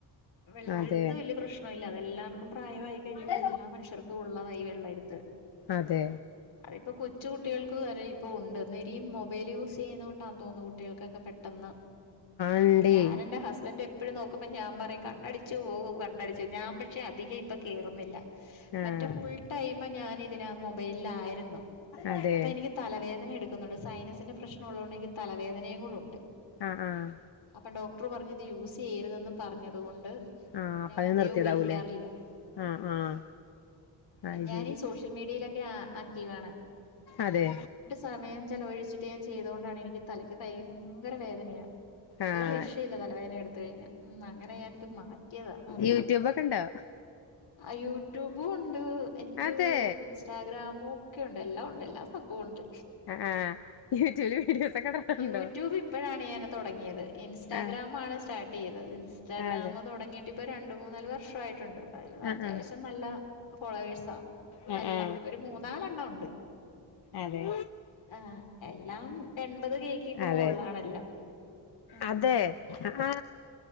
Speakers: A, on the left; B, on the left.
A: വെള്ളയെഴുത്ത്
B: അതെ
A: വലിയ പ്രശ്ന- പ്രശ്നമില്ല അതെല്ലാവർക്കും പ്രായമായി കഴിയുമ്പോൾ
B: അതെ
A: എല്ലാ മനുഷർക്കും ഒള്ളതാ ഈ വെള്ളയെഴുത്ത്
B: അതെ
A: അതെ ഇപ്പോ കൊച്ചു കുട്ടികൾക്ക് വരെ ഇപ്പൊ ഒണ്ട് എന്നുവെരി മൊബൈൽ യൂസ് ചെയ്യുന്നൊണ്ട് ആ തോന്നുന്നു കുട്ടികൾക്കൊക്കെ പെ- പെട്ടെന്ന്
B: ഇണ്ടേ
A: ഞാൻ എന്റെ ഹസ്ബൻഡ് എപ്പഴും നോക്കുമ്പം ഞാൻ പറയും കണ്ണടിച്ചു പോകും കണ്ണടിച്ച് പോകും ഞാൻ പിന്നെ - പക്ഷെ അധികം ഇപ്പൊ കേറുന്നില്ല
B: ആഹ്
A: മറ്റേ ഫുൾ ടൈം ഞാന് ഇതിനാ മൊബൈലിലായിരുന്നു
B: അതെ
A: അപ്പൊ എനിക്ക് തലവേദന എടുക്കുന്നുണ്ട് സയനസിന്റെ പ്രശ്നം ഉള്ളതുകൊണ്ട് എനിക്ക് തലവേദനയും കൂടെ ഒണ്ട്
B: ആഹ് ആഹ്
A: അപ്പൊ ഡോക്ടറു പറഞ് ഇത് യൂസ് ചെയ്യരുതെന്ന് പറഞ്ഞത്കൊണ്ട്-
B: ആഹ് അപ്പ
A: ഞാൻ
B: അത്
A: അധികോം
B: നിർത്തിയതാവൂലേ
A: ഉപയോഗിക്കാറില്ലോ
B: ആഹ് ആഹ് അത്
A: ഞാനീ
B: ശരി
A: സോഷ- സോഷ്യൽ മീഡിയയിലൊക്കെ ആക്റ്റീവ് ആണ്
B: അതെ
A: സമയം ചെലവഴിച്ചിട്ട് ഞാൻ ചെയ്ത കൊണ്ടാണ് എനിക്ക് തലക്ക് ഭയങ്കര വേദനയാ
B: ആഹ്
A: ഒരു രക്ഷയില്ല തലവേദന എടുത്ത് കഴിഞ്ഞ ഉം അങ്ങനെ ഞാൻ ഇത് മാറ്റിയതാ
B: യൂട്യൂബ് ഒക്കെ ഉണ്ടോ
A: ആഹ് യൂട്യൂബും ഒണ്ട് എനിക്ക്-
B: അതെ
A: ഇൻസ്റ്റാഗ്രാമും ഒക്കെ ഒണ്ട് എല്ലാം ഒണ്ട് എല്ലാ സംഭവം ഒണ്ട്
B: ആഹ് ആഹ് യൂട്യൂബില് വീഡിയോസ് ഒക്കെ- ഇടാറുണ്ടോ
A: യൂട്യൂബ് ഇപ്പോഴാണ് ഞാൻ തൊടങ്ങിയത് ഇൻസ്റ്റാഗ്രാാം
B: ആ
A: ആണ് സ്റ്റാർട്ട് ചെയ്തത് ഇൻസ്റ്റാഗ്രാാം
B: അതെ
A: തൊടങ്ങിയിട്ട് ഇ - ഇപ്പൊ രണ്ട് മൂന്നാല് വർഷ ആയിട്ടുണ്ട് അതായാലും
B: ആ
A: അത്യാവശ്യം
B: ആ
A: നല്ല ഫോളോവേഴ്സാ
B: ആ
A: എല്ലാം
B: ആ
A: ഒരു മൂന്നാലെണ്ണം ഒണ്ട്
B: അതെ
A: ആഹ് എല്ലാം എൺപത് കേ ക്ക് ഒക്കെ
B: അതെ
A: മോളിലാണെല്ലാം ഉം
B: അതെ ആഹാ